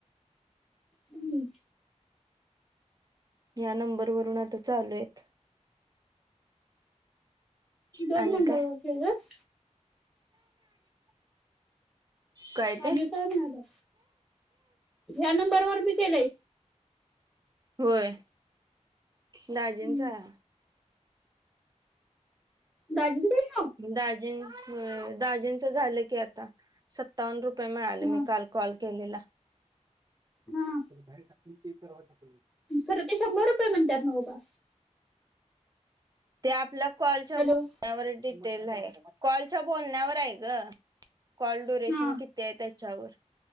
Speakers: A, in the centre; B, on the right.
A: हम्म.
B: या नंबरवरून आता चालू आहेत.
A: दोन
B: आणि
A: नंबर
B: काय
A: वर केलसं.
B: काय
A: आणि
B: ते
A: काय नाय अजार, ह्या नंबरवर बी केलाय.
B: होय दाजींचा
A: हम्म.
B: हा.
A: दाजी कुठे
B: दाजीं होय दाजींचा झालं की आता सत्तावन रुप पय मिळाले
A: हा
B: मी काल कॉल केलेला.
A: हा
B: <inaudible>
A: खरं ते शंभर रुपये म्हणत्यात ना हो पा
B: ते आपल्या कॉलच्या
A: हॅलो
B: बोलण्यावर डिटेल आहे. कॉलच्या बोलण्यावर आहे ग कॉल डुरेशन
A: हा
B: किती आहे त्याच्यावर